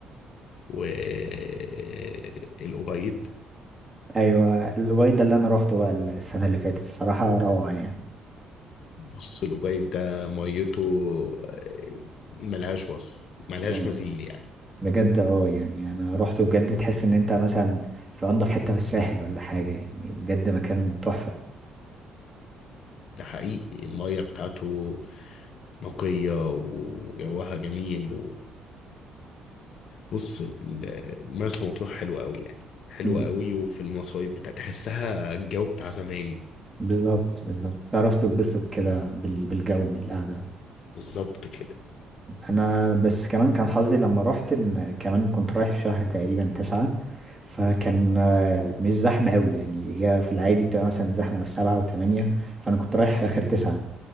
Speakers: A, on the left; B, on the right.
A: والأوبايد
B: ايوه الوايد ده اللي انا روحته بقى السنة اللي فاتت الصراحة روعة يعني
A: بص الأوبايد ده ميته آه، ملهاش وصف ملهاش
B: اه
A: مثيل يعني
B: بجد اه يعني انا روحته بجد تحس ان انت مثلا في انضف حتة في الساحل ولا حاجة يعني بجد مكان تحفة
A: ده حقيقي المية بتاعته نقية وجوها جميل وبص ال- مرسى مطروح حلوة أوي يعني حلوة
B: امم
A: أوي وفي المصايف بتاع تحسها الجو بتاع زمان
B: بالظبط بالظبط تعرف تتبسط كده بال- بالجو القعدة
A: بالظبط كده
B: انا بس كمان كان حظي لما رحت ان كمان كنت رايح في شهر تقريبا تسعة فكان آه، مش زحمة قوي يعني هي في العادي بتبقى مثلا زحمة في سبعة وثمانية فانا كنت رايح في اخر تسعة